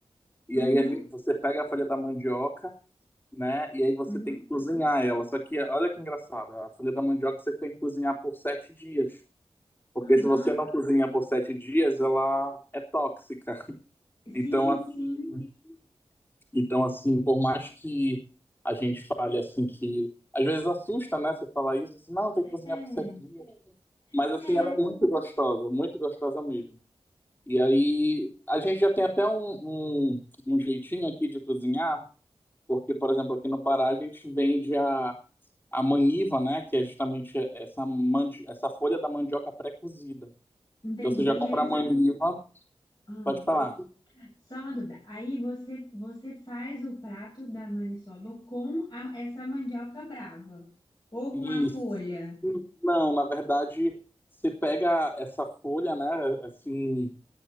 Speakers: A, on the left (about 20°); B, on the left (about 45°).
A: E
B: uhum,
A: aí a gente, você pega a folha da mandioca né? E aí você
B: uhum,
A: tem que cozinhar ela. Só que olha que engraçado, a folha da mandioca você tem que cozinhar por sete dias. Porque
B: aham.
A: se você não cozinha por sete dias, ela é tóxica. Então,
B: Sim,
A: assim,
B: sim.
A: então, assim, por mais que a gente fale assim que. Às vezes assusta, né? Você falar isso, assim, não, tem que cozinhar
B: É,
A: por sete dias. Mas assim,
B: é.
A: ela é muito gostosa, muito gostosa mesmo. E aí, a gente já tem até um, um, um jeitinho aqui de cozinhar, porque, por exemplo, aqui no Pará a gente vende a, a maniva, né? Que é justamente essa, mandi essa folha da mandioca pré-cozida.
B: Entendi.
A: Então você já
B: E
A: compra
B: aí você.
A: a maniva,
B: Ah,
A: pode falar.
B: só uma dúvida. Aí você, você faz o prato da maniçoba com a- essa mandioca brava ou
A: Isso.
B: com a folha?
A: Não, na verdade, você pega essa folha, né? Assim,